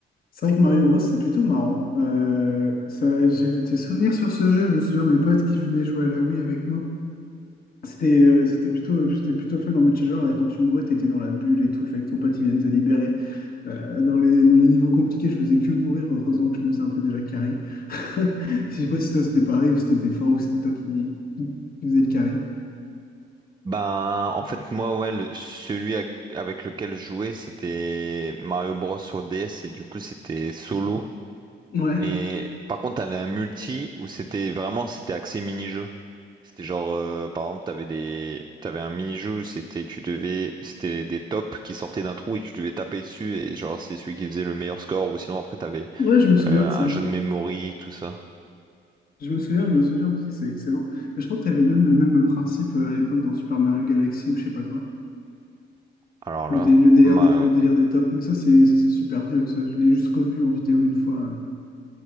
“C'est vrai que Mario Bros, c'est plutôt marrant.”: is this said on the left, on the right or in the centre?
Left